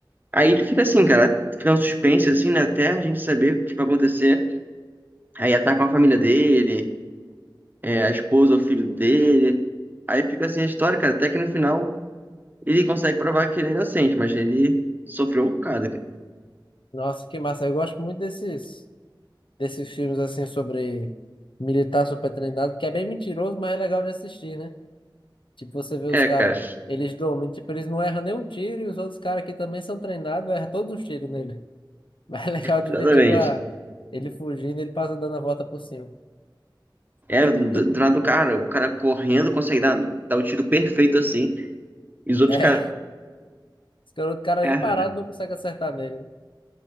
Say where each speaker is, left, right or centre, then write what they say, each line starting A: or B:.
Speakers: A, on the right; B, on the left.
A: Aí ele fica assim, cara, fica um suspense, assim, né? Até a gente saber o que vai acontecer. Aí atacam a família dele, é, a esposa, o filho dele. Aí fica assim a história, cara. Até que no final ele consegue provar que ele é inocente, mas ele sofreu um bocado. cara.
B: Nossa, que massa. Eu gosto muito desses. desses filmes assim sobre militar supertreinado que é bem mentiroso, mas é legal de assistir, né? Tipo, você vê
A: É,
B: os caras,
A: cara,
B: eles dormem, tipo, eles não erram nenhum tiro e os outros caras que também são treinados erram todos os tiros nele. <laughs> Mas é legal de
A: exatamente.
B: ver, tipo, a, ele fugindo, ele passa dando a volta por cima.
A: É,
B: Tu,
A: do,
B: tu,
A: do lado do cara, o cara correndo consegue dar, dar o tiro perfeito assim, e os outros
B: é,
A: caras
B: esse cara, o cara,
A: erram,
B: ele parado
A: né?
B: não consegue acertar nele, né?